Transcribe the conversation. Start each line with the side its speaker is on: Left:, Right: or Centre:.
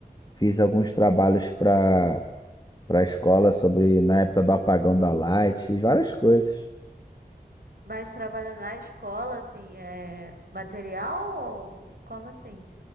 Left: Fiz alguns trabalhos para para a escola sobre na época do apagão da Light, fiz várias coisas.
Right: Mas trabalha na escola, assim, é material ou como assim?